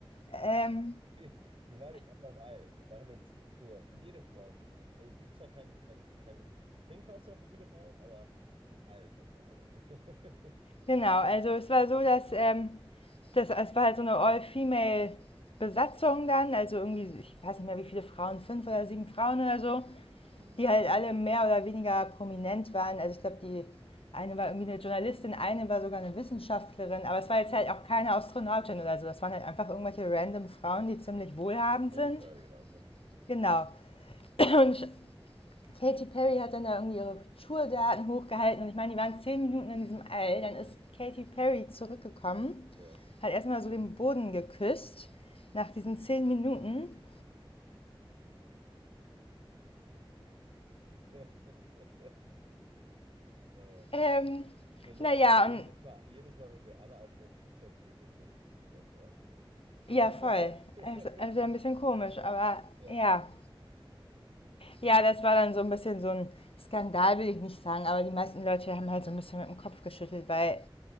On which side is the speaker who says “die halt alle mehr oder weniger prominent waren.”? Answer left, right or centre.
Left